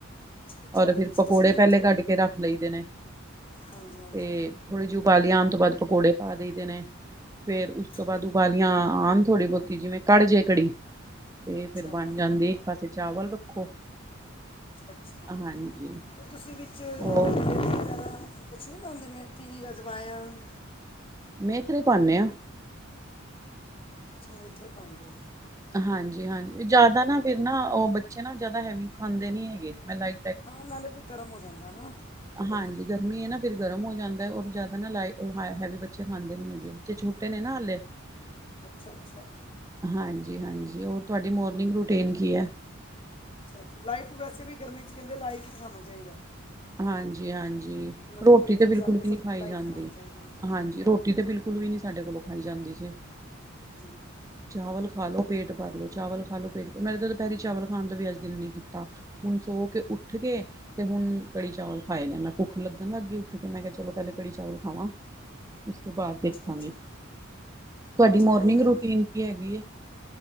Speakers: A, on the left; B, on the right.
A: ਅੱਛਾ, ਅੱਛਾ
B: ਔਰ ਫਿਰ
A: ਵਿੱਚ
B: ਪਕੌੜੇ
A: ਤੁਸੀਂ
B: ਪਹਿਲੇ ਕੱਢ ਕੇ ਰੱਖ ਲਈਦੇ ਨੇ।
A: ਹਾਂਜੀ ਹਾਂਜੀ
B: ਤੇ ਥੋੜ੍ਹੀ ਜਿਹੀ ਉਬਾਲੀ ਆਉਣ ਤੋਂ ਬਾਅਦ ਪਕੌੜੇ ਪਾ ਦਈ ਦੇ ਨੇ ਫੇਰ ਉਸ ਤੋਂ ਬਾਅਦ
A: ਤੇ
B: ਉਬਾਲੀ ਆਣ ਥੋੜੀ ਬਹੁਤੀ ਜਿਵੇਂ ਕੜ ਜੇ ਕੜੀ ਤੇ
A: ਅੱਛਾ
B: ਫੇਰ ਬਣ
A: ਅੱਛਾ
B: ਜਾਂਦੀ। ਇਕ ਪਾਸੇ ਚਾਵਲ ਰੱਖੋ।
A: ਅੱਛਾ
B: ਹਾਂਜੀ
A: ਤੇ ਤੁਸੀਂ ਵਿੱਚ
B: ਹੋਰ
A: <unintelligible> ਤੁਸੀਂ ਨਹੀਂ ਪਾਉਂਦੇ ਮੇਥੀ ਜਾਂ ਅਜਵਾਇਨ।
B: ਮੇਥਰੇ ਪਾਣੇ ਆ।
A: ਅੱਛਾ ਮੇਥਰੇ ਪਾਉਦੇ ਓ
B: ਹਾਂਜੀ ਹਾਂਜੀ ਜਿਆਦਾ ਨਾ ਫਿਰ ਨਾ ਉਹ ਬੱਚੇ ਨਾ ਜਿਆਦਾ ਹੈਵੀ ਖਾਂਦੇ ਨੀ ਹੈਗੇ ਮੈਂ ਲ
A: ਹਾਂ ਨਾਲੇ ਫਿਰ ਗਰਮ ਹੋ ਜਾਂਦਾ ਨਾ। ਉਹਦੇ
B: ਹਾਂਜੀ
A: ਨਾਲ
B: ਗਰਮ ਗਰਮੀ ਨਾ ਫਿਰ ਗਰਮ ਹੋ ਜਾਂਦਾ ਜਿਆਦਾ ਨਾ ਉਹ ਲਾਇਟ ਹੈਵੀ ਬੱਚੇ ਖਾਂਦੇ ਨੀ ਹੈਗੇ ਬੱਚੇ ਛੋਟੇ ਨੇ ਨਾ ਹਾਲੇ। ਹ <unintelligible>
A: ਅੱਛਾ ਅੱਛਾ
B: ਹਾਂਜੀ ਹਾਂਜੀ ਉਹ ਤੁਹਾਡੀ ਮੋਰਨਿੰਗ ਰੋਟੀਨ ਕੀ ਐ
A: ਅੱਛਾ ਅੱਛਾ ਲਾਈਟ ਵੈਸੇ ਵੀ ਗਰਮੀ ਚ ਕਹਿੰਦੇ ਲਾਈਟ ਹੀ ਖਾਣਾ ਚਾਹੀਦਾ।
B: ਹਾਂਜੀ ਹਾਂਜੀ
A: ਨਮਕ
B: ਰੋਟੀ
A: ਮਿਰਚ
B: ਤੇ
A: ਮਸਾਲੇ
B: ਬਿਲਕੁਲ ਵੀ
A: ਸਭ
B: ਨਹੀਂ ਖਾਈ
A: ਲਾਈਟ
B: ਜਾਂਦੀ
A: ਖਾਣੇ ਚਾਹੀਦੇ ਨੇ
B: ਹਾਂਜੀ ਰੋ ਰੋਟੀ ਤੇ ਬਿਲਕੁਲ ਵੀ ਨੀ ਸਾਡੇ ਕੋਲੋਂ ਖਾਈ ਜਾਂਦੀ ਜੀ।
A: ਜੀ <unintelligible>
B: ਚਾਵਲ ਖਾ ਲੋ ਪੇਟ ਭਰ ਲੋ ਚਾਵਲ ਖਾ ਲੋ ਪੇਟ ਮੇਰਾ ਤਾਂ ਦੁਪਹਿਰੇ ਚਾਵਲ ਖਾਣ ਦਾ ਵੀ ਅੱਜ ਦਿਲ ਨੀ ਕੀਤਾ। ਹੁਣ ਸੋ ਕੇ ਉੱਠ ਕੇ ਤੇ ਹੁਣ ਕੜੀ ਚਾਵਲ ਖਾਏ ਨੇ ਮੈਂ ਭੁੱਖ ਲੱਗਣ ਲੱਗ ਗੀ ਉੱਠ ਕੇ ਮੈਂ ਕਿਹਾ ਚਲੋ ਪਹਿਲੇ ਕੜੀ ਚਾਲ ਖਾਵਾਂ। ਉਸ ਤੋਂ ਬਾਅਦ ਦੇਖਾਂਗੇ
A: ਅੱਛਾ ਅੱਛਾ
B: ਤੁਹਾਡੀ
A: ਬੱਚਿਆਂ
B: ਮੋਰਨਿੰਗ
A: ਨੂੰ ਵੀ
B: ਰੂਟੀਨ ਕੀ ਹੈਗੀ ਏ?